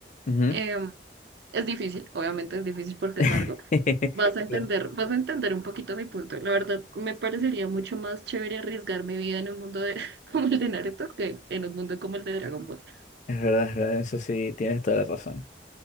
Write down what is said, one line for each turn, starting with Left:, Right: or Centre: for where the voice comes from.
Left: ujú.
Right: em, es difícil, obviamente es difícil porque
Left: <laughs>
Right: es largo. Vas a entender,
Left: Claro.
Right: vas a entender un poquito mi punto. La verdad, me parecería mucho más chévere arriesgar mi vida en un mundo de, <laughs> como el de Naruto que en un mundo como el de Dragon Ball.
Left: Es verdad, es verdad, eso sí, tienes toda la razón.